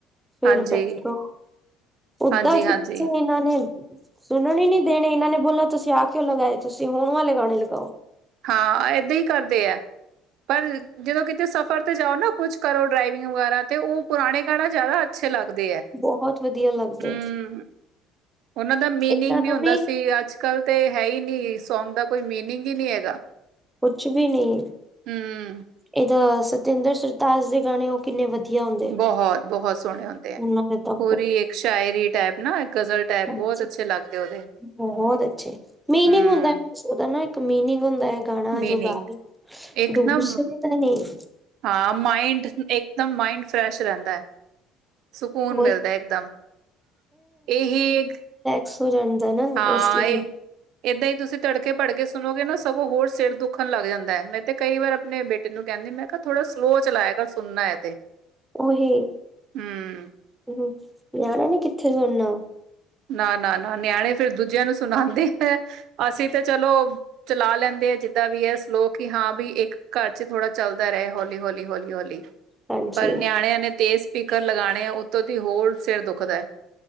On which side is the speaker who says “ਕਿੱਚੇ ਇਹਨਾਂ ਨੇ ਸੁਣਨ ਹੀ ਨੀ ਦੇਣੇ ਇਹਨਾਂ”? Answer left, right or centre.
Centre